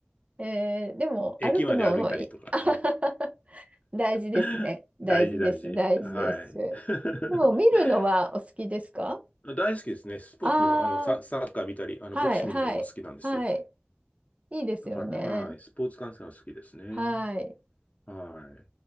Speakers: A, on the right (about 35°); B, on the left (about 35°).
A: ー、えーでも歩くのもいい
B: 駅まで歩いたりとか。
A: <laughs>
B: うん
A: 大事ですね。
B: <laughs>
A: 大事です。
B: 大事、大事。
A: 大事です。
B: はい。<laughs>
A: でも見るのはお好きですか
B: 大好きですね。スポーツ見る、
A: ああー、
B: あの、サ、サッカー見たり、あの、
A: はい、
B: ボクシング見るのも好きなんです。
A: はい、はい。いいですよね。
B: だから、はい。スポーツ観戦は好きですね。
A: はい。
B: はい。